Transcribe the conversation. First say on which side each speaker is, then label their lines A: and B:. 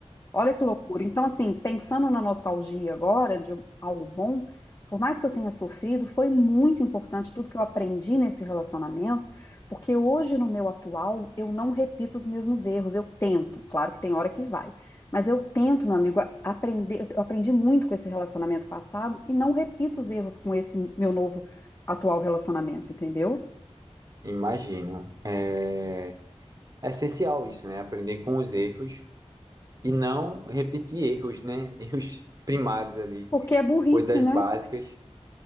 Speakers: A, on the left (about 25°); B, on the right (about 35°).
A: Olha que loucura. Então, assim, pensando na nostalgia agora, de algo bom, por mais que eu tenha sofrido, foi muito importante tudo que eu aprendi nesse relacionamento, porque hoje, no meu atual, eu não repito os mesmos erros. Eu tento, claro que tem hora que vai, mas eu tento, meu amigo, a- aprender. Eu aprendi muito com esse relacionamento passado e não repito os erros com esse meu novo atual relacionamento, entendeu?
B: Imagino. É... é essencial isso, né? Aprender com os erros e não repetir erros, né? <laughs> Erros primários ali,
A: Porque é burrice,
B: coisas
A: né?
B: básicas.